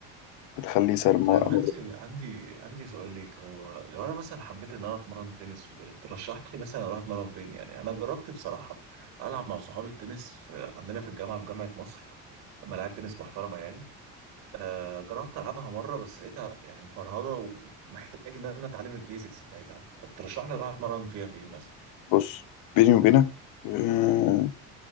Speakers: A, on the left; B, on the right.
A: بتخلي سعر الم-
B: طيب
A: المضرب
B: عندي عندي عندي سؤال ليك هو لو انا مثلا حبيت ان انا اتمرن تنس وكده ترشح لي مثلا اروح اتمرن فين يعني انا جربت بصراحه العب مع صحابي التنس في عندنا في الجامعه في جامعه مصر ملاعب تنس محترمه يعني آه جربت العبها مره بس لقيتها يعني مفرهده ومحتاج ان انا اتعلم البيزكس بتاعتها فترشح لي اروح اتمرن فيها فين مثلا
A: بص بيني وبينك آه،